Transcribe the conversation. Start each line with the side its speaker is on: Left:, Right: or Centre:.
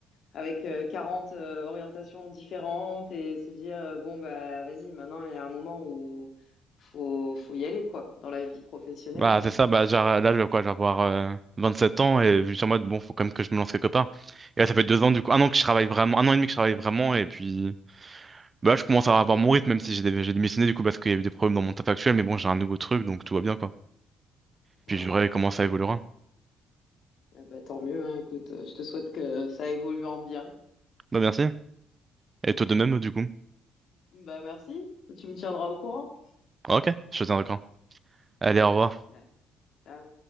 Left: avec euh, 40 euh, orientations différentes et se dire, euh, bon, bah, vas-y, maintenant, il y a un moment où faut, faut y aller, quoi, dans la vie professionnelle.
Right: Bah, c'est ça, bah, genre, là, je vais quoi, je vais avoir euh, 27 ans et je suis en mode, bon, faut quand même que je me lance quelque part. Et là, ça fait deux ans, du coup, un an que je travaille vraiment, un an et demi que je travaille vraiment, et puis, bah, là, je commence à avoir mon rythme, même si j'ai dé- j'ai démissionné, du coup, parce qu'il y a eu des problèmes dans mon taf actuel, mais bon, j'ai un nouveau truc, donc tout va bien, quoi. Puis,
Left: Ouais.
Right: je verrai comment ça évoluera.
Left: Eh ben, tant mieux, hein, écoute, euh, je te souhaite que ça évolue en bien.
Right: Bah, merci. Et toi de même, du coup.
Left: Bah, merci, tu me tiendras au courant.
Right: Ok, je te tiens d'accord. Allez, au revoir.
Left: Ouais. Ciao.